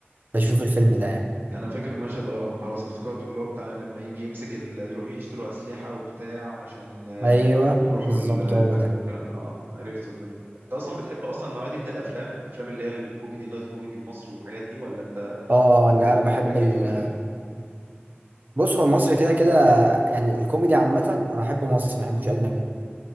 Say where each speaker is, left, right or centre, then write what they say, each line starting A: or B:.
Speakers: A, on the right (about 45°); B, on the right (about 60°).
A: بشوف الفيلم ده يعني
B: انا فاكر المشهد اه خلاص افتكرته اللي هو بتاع لما يجي يمسك ال... يروحوا يشتروا اسلحه وبتاع عشان آه،
A: أيوه
B: يروحوا
A: بالظبط
B: ال- البنك
A: هو ده
B: والكلام ده اه عرفته الفيلم ده انت اصلا بتحب اصلا النوعيه دي من الافلام الافلام اللي هي الكوميدي اللايت كوميدي المصري والحاجات دي ولا انت
A: اه
B: آه،
A: لا أنا بحب
B: كيفك
A: ال...
B: ايه في الافلام دي
A: بص هو المصري كده كده يعني الكوميدي عامة أنا أحبه مصري ما أحبوش أجنبي